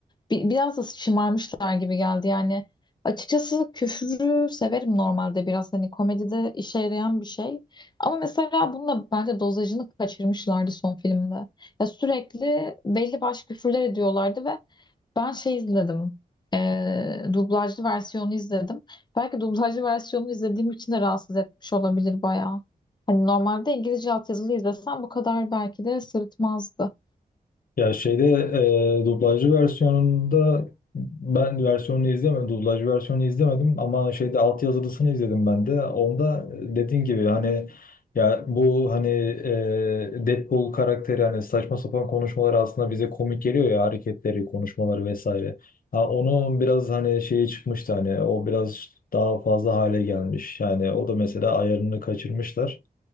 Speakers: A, on the left (about 30°); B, on the left (about 65°).
A: bi- biraz da şımarmışlar gibi geldi yani. Açıkçası küfürü severim normalde biraz hani komedide işe yarayan bir şey. Ama mesela bununla bence dozajını kaçırmışlardı son filmde. Ya sürekli belli başlı küfürler ediyorlardı ve ben şey izledim. eee, dublajlı versiyonu izledim. Belki dublajlı versiyonunu izlediğim için de rahatsız etmiş olabilir bayağı. Hani normalde İngilizce altyazılı izlesem bu kadar belki de sırıtmazdı.
B: Ya şeyde e, dublajlı versiyonunda ben versiyonunu izlemedim. Dublajlı versiyonunu izlemedim ama şeyde altyazılısını izledim ben de. Onda e, dediğin gibi hani ya bu hani e, Deadpool karakteri hani saçma sapan konuşmaları aslında bize komik geliyor ya hareketleri, konuşmaları vesaire. Ha onun biraz hani şeyi çıkmıştı hani o biraz daha fazla hale gelmiş. Yani o da mesela ayarını kaçırmışlar.